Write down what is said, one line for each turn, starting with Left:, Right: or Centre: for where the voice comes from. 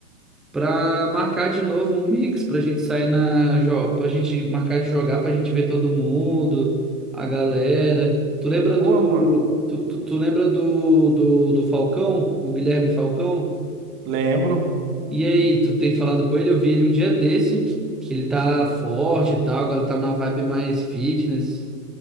Centre: Pra marcar de novo um mix pra gente sair na. jo- Pra gente marcar de jogar, pra gente ver todo mundo, a galera. Tu lembra
Right: Pô,
Centre: do.
Right: mano,
Centre: Tu, tu, tu lembra do, do, do Falcão? O Guilherme Falcão?
Right: Lembro.
Centre: E aí, tu tem falado com ele? Eu vi ele um dia desse. Ele tá forte e tal, agora tá numa vibe mais fitness.